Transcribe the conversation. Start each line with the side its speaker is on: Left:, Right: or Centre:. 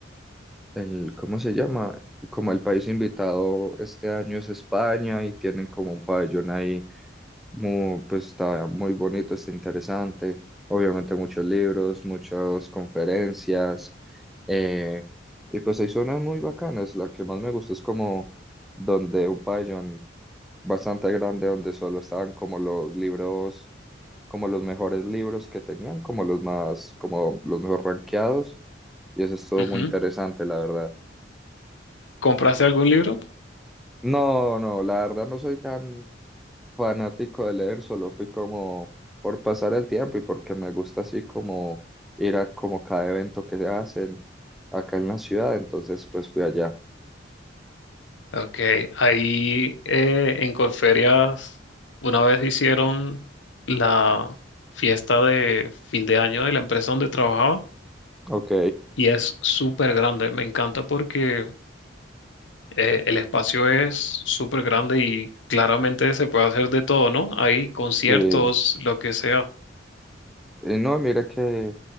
Centre: el, ¿cómo se llama? Como el país invitado este año es España y tienen como un pabellón ahí, muy, pues está muy bonito, está interesante. Obviamente muchos libros, muchas conferencias. eh, y pues hay zonas muy bacanas. La que más me gusta es como donde un pabellón bastante grande, donde solo estaban como los libros, como los mejores libros que tenían, como los más, como los mejor rankeados y eso estuvo
Left: Ujú.
Centre: muy interesante, la verdad.
Left: compraste algún libro?
Centre: No, no, la verdad no soy tan fanático de leer, solo fui como por pasar el tiempo y porque me gusta así como ir a como cada evento que se hacen acá en la ciudad, entonces pues fui allá.
Left: Ok, ahí eh, en Corferias una vez hicieron la fiesta de fin de año de la empresa donde trabajaba
Centre: Ok,
Left: y es súper grande. Me encanta porque eh, el espacio es súper grande y claramente se puede hacer de todo, ¿no? Hay conciertos,
Centre: sí.
Left: lo que sea.
Centre: Y no, mira que